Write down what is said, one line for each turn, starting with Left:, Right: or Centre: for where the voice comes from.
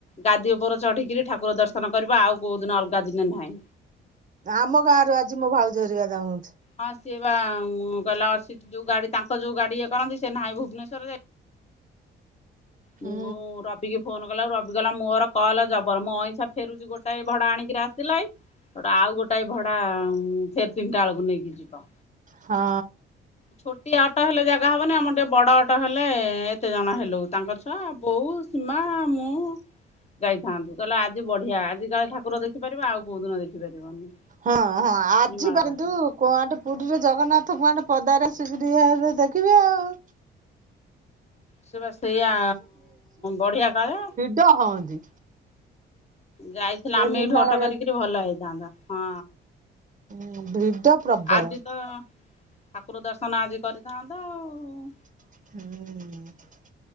Left: ଗାଦି ଉପରେ ଚଢିକିରି ଠାକୁର ଦର୍ଶନ କରିବ ଆଉ କୋଉ ଦିନ ଅଲଗା ଦିନେ ନାହିଁ।
Right: ଆମ ଗାଁ ରୁ ଆଜି ମୋ ଭାଉଜ ହେରିକା ଯାଉଛନ୍ତି।
Left: ହଁ ସିଏ ବା କହିଲା ସେଟି ଯୋଉ ଗାଡି ତାଙ୍କ ଯୋଉ ଗାଡି ଇଏ କରନ୍ତି ସେ ନାହିଁ ଭୁବନେଶ୍ୱରରେ
Right: ହଁ।
Left: ମୁଁ ର ଟିକେ ଫୋନ କଲା ବେଳକୁ ରବି କହିଲା ମୋର କଲ ଜବର ମୁଁ ଅଇଁଛା ଫେରୁଛି ଗୋଟା ଭଡା ଆଣିକି ଆସିଲାଇ ସେଉଠୁ ଆଉ ଗୋଟାଏ ଭଡା ଫେରେ ତିନିଟା ବେଳକୁ ନେଇକି ଯିବ।
Right: ହଁ।
Left: ଛୋଟିଆ ଅଟୋ ହେଲେ ଜାଗା ହବନି ଆମର ଟିକେ ବଡ ଅଟୋ ହେଲେ ଏତେ ଜଣ ହେଲୁଉ ତାଙ୍କ ଛୁଆ ବୋଉ ସିମା ମୁଁ ଯାଇଥାନ୍ତୁ ତାହେଲେ ଆଜି ବଢିଆ ଆଜି କାଳେ ଠାକୁର ଦେଖି ପାରିବ ଆଉ କୋଉ ଦିନ ଦେଖିପାରିବନି।
Right: ହଁ ହଁ ଆଜି
Left: ନିମାଳ
Right: ପାରନ୍ତୁ
Left: କାଟିକି
Right: କୁଆଟେ ପୁରୀରେ ଜଗନ୍ନାଥ କୁଆଡେ ପଦାରେ ଆସିକିରି ହେବେ ଦେଖିବେ ଆଉ।
Left: ସିଏବା ସେଇଆ ବଢିଆ କାଳେ।
Right: ଡ ହଅନ୍ତି।
Left: ଯାଇଥିଲେ
Right: ଯୋଉ
Left: ଆମେ
Right: ନିର୍ମଳା
Left: ଏଇଠୁ ଅଟୋ କରିକିରି ଭଲ ହେଇଥାନ୍ତା ହଁ।
Right: ଉ ଭିଡ ପ୍ରବଳ।
Left: ଆଜି ତ ଠାକୁର ଦର୍ଶନ ଆଜି କରିଥାନ୍ତ ଆଉ।
Right: ହୁଁ।